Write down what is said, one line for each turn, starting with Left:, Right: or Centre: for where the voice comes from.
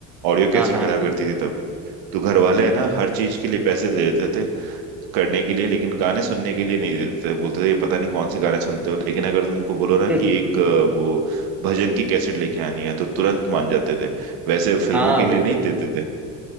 Right: ऑडियो
Centre: हाँ
Right: कैसेट
Centre: हाँ
Right: मिला करती थी तब तो घर वाले है ना हर चीज के लिए पैसे दे देते थे करने के लिए लेकिन गाने सुनने के लिए नहीं देते थे बोलते थे पता नहीं कौन से गाने सुनते हो लेकिन अगर तुमको बोलो ना
Centre: <laughs>
Right: कि एक अ, वो भजन की कैसेट लेके आनी है तो तुरंत मान जाते थे वैसे फिल्मों
Centre: हाँ
Right: के लिए
Centre: बिल्कुल
Right: नहीं देते थे